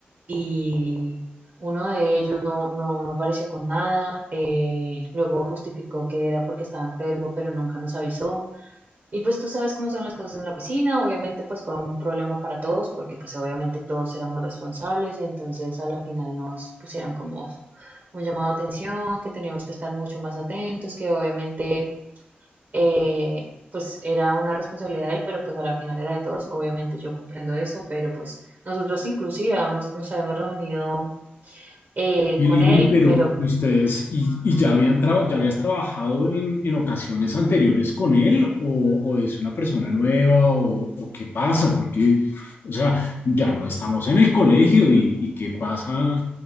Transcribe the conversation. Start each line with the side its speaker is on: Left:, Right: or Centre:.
Right: y uno de ellos no, no, no apareció con nada, eh, luego justificó que era porque estaba enfermo, pero nunca nos avisó. Y pues tú sabes cómo son las cosas en la oficina, obviamente pues fue un problema para todos porque pues obviamente todos éramos responsables, entonces a la final nos pusieron como un llamado de atención, que teníamos que estar mucho más atentos, que obviamente eh, pues era una responsabilidad de él, pero pues a la final era de todos, obviamente yo comprendo eso, pero pues nosotros inclusive habíamos- nos habíamos reunido eh,
Left: Y
Right: con
Left: Lini,
Right: él,
Left: pero
Right: pero
Left: ¿y ustedes, y, y ya habían tra- ya habías trabajado en, en ocasiones anteriores con él o, o es una persona nueva o, o qué pasa? Porque, o sea, ya no estamos en el colegio y, y qué pasa,